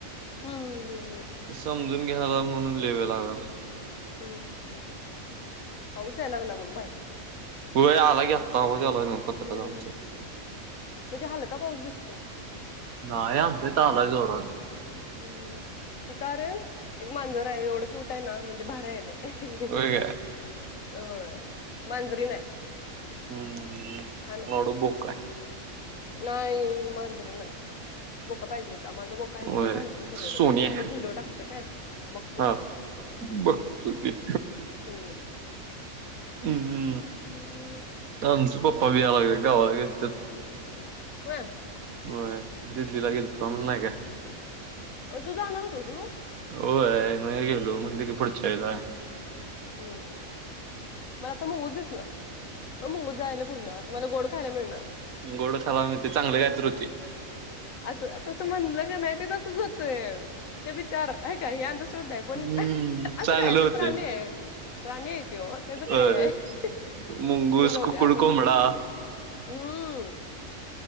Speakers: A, on the left; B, on the right.
A: हं, हं, हं, हं.
B: समजून घ्याला म्हणून लय वेळ लागाला. य
A: हम्म पाऊच या लागला मग बाहेर
B: व आला की आता आवाज यालाय न्हव
A: हं,
B: <unintelligible>
A: म्हणजे हलका का पाऊस दिसतोय.
B: ना ही आमच्या इथ आलाय जोरात.
A: हम्म तिथ अरे एक मांजर आहे एवढं कि क्यूर आहे ना म्हणजे भारी आहे लई.
B: होय काय
A: हो मांजरीन आहे.
B: हम्म मला
A: छान आहे.
B: वाटल बोका आहे.
A: नाही मांजरीन आहे बोका पाहिजे होता. माझं बोका
B: होय
A: तिकडे भांडतोय सगळीकडे
B: सोन्या
A: मी तुला एक व्हिडीओ टाकते काय. बघ तू.
B: हा बघतु की.
A: हम्म.
B: हम्म हम्म.
A: ह.
B: आता आमचं पप्पा पण यालगल्यात गावाला गेलत.
A: होय.
B: होय दिल्लीला गेलतो म नाही काय.
A: तू जाणारचस मग.
B: होय आहे गेलो म्हणलं की पुढच्या हेच आहे.
A: हम्म मला आता मुंगूस दिसल बघ मुंगूस जायलय पुढणं आत तुम्हाला गोड खायला मिळणार?
B: गोडं खाला नई ते चांगल कायतर होती.
A: अस आता तस म्हणलं कणी ते तसच होतय ते बि चार हाय काय हे शुभ आहे पण
B: हम्म
A: असं
B: चांगले
A: काय आहे
B: होते
A: ते प्राणी आहे? प्राणी आहे त्यो त्याच
B: होय
A: काय आहे
B: मुंगूस,
A: पण जाऊ
B: कुकुड,
A: द्या आपण
B: कोंबडा
A: हम्म.